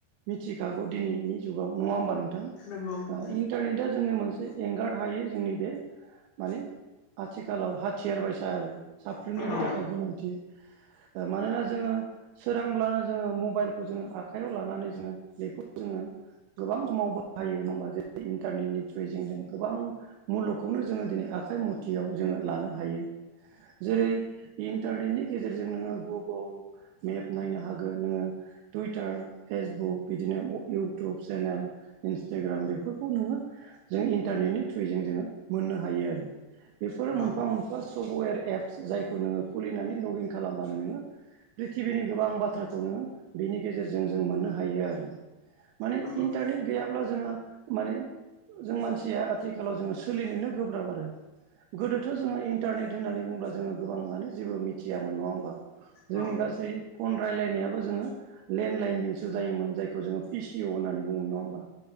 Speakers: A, on the right; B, on the left.
A: मिथिखागौ दिनैनि जुगाव नङा होमबानो नों
B: नंगौ नंगौ
A: इन्टारनेटआ जोंनि मोनसे एंगार हायै जोंनि बे माने आथिखालाव हाथियार बबायसा आरो साफ्रोमनिबो
B: औ
A: थाखाय गोनांथि मानोना जोङो सोरांब्लानो जोङो मबाइलखौ जोङो आखाइयाव लानानै जोङो बेखौ जोङो गोबां समाव बाहायो नङ होमबा जे इन्टारनेटनि थ्रुय जों जों गोबां मुलुगखौनो जोङो दिनै आाइ आखाइ मुथियाव जोङो लानो हायो जेरै इन्टारनेटनि गेजेरजों नोङो गुगोल मेप नायनो हागोन नोङो टुइटार फेसबुक बिदिनो इउटुब चेनेल इन्सटाग्राम बेफोरखौ नोङो जों इन्टारनेटनि थ्रुयैजों जोङो मोननो हायो आरो बेफोरो
B: नंगौ
A: मोनफा मोनफा सफ्टवेर एप्स जायखौ नोङो खुलिनानै लगिन खालामबानो नोङो प्रिथिबिनि गोबां बाथ्राखौ नोङो बिनि गेजेरजों जों मोननो हायो आरो माने
B: नंगौ
A: इन्टारनेट
B: औ नंगौ
A: गैयाब्ला जोङो माने जों मानसिया आथिखालाव जोङो सोलिनोनो गोब्राब आरो गोदोथ' जोङो इन्टारनेट होननानै बुंङोब्ला जोङो गोबाङानो जेबो मिथियामोन नङा होमबा जोंनि
B: औ
A: गासै फन रायज्लायनायाबो जोङो लेन्डलाइनजोंसो जायोमोन जायखौ जोङो पिसिअ होननानै बुङोमोन नङा होमबा